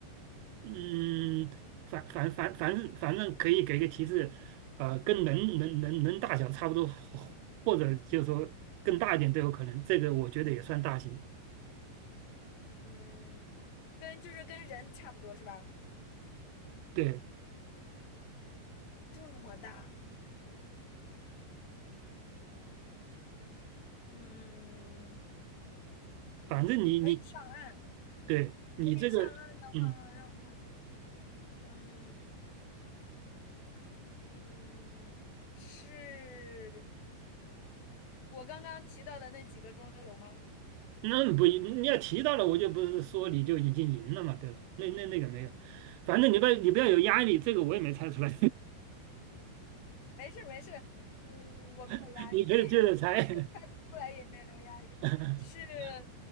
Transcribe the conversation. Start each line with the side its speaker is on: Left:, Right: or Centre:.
Right: 嗯，反反反反正反正可以给个提示，呃，跟能能能能大小差不多，或或者就是说更大一点都有可能。这个我觉得也算大型。
Left: 嗯，跟就是跟人差不多是吧？
Right: 对，
Left: 这么大，嗯，
Right: 反正你你
Left: 可以上岸。
Right: 对你这个，
Left: 可以上岸的话，
Right: 嗯，
Left: 让我看，嗯嗯，是我刚刚提到的那几个中有吗？
Right: 那不一你要提到了，我就不是说你就已经赢了嘛，对吧？那那那个没有，反正你不要你不要有压力，这个我也没猜出来，
Left: 没事没事，嗯，我没有压力，
Right: <laughs> 你可以接着猜。
Left: <laughs> 就是猜不出来也没有压力。
Right: <laughs>
Left: 是，